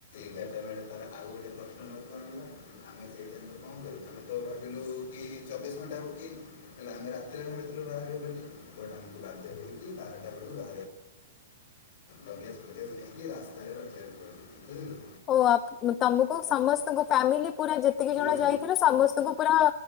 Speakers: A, on the left; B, on the left.
A: <inaudible> ତାର ଆଉ ଗୋଟେ ପ୍ରଶ୍ନ ନ ଆଣିଲା ଆମେ ସେଇ ଟାଇମ କଣ କରୁ ଆମେ ତ ଭାବିଲୁ କି ଚବିଶ ଘଣ୍ଟ ହେଲେ ଆମେ ରାତିରେ ଭାବିଥିଲୁ ବାହାରଟାକୁ ବାଧ୍ୟ ହେଇକି ବାରଟା ବେଳକୁ ବା
B: <unintelligible>
A: ବଗଜ ଫଗଜ ନେଇକି ରାସ୍ତାରେ ରଖିବାକୁ ପଡିବ ବୁଝିଲୁ।
B: ହ ତମକୁ ସମସ୍ତଙ୍କୁ ଫ୍ୟାମିଲି ପୁରା ଯେତିକି
A: ପୁରା
B: ଜଣ ଯାଇଥିଲେ ସମସ୍ତଙ୍କୁ ପୁରା